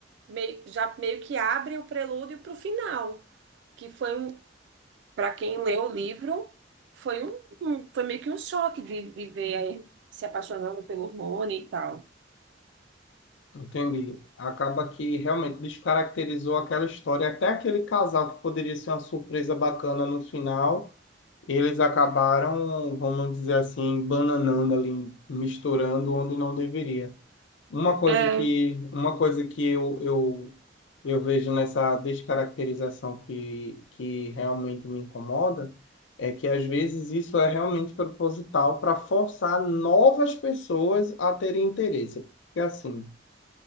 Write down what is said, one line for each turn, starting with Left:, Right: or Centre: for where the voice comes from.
Right: meio, já meio que abre o prelúdio pro final, que foi um, para quem leu o livro, foi um, um- foi meio que um choque de viver aí se apaixonando pelo Rony e tal.
Left: entendi. Acaba que realmente descaracterizou aquela história. Até aquele casal que poderia ser uma surpresa bacana no final, eles acabaram, vamos dizer assim, bananando ali, misturando onde não deveria. Uma coisa
Right: É,
Left: que, uma coisa que eu, eu, eu vejo nessa descaracterização que, que realmente me incomoda é que às vezes isso é realmente proposital para forçar novas pessoas a terem interesse. Porque assim,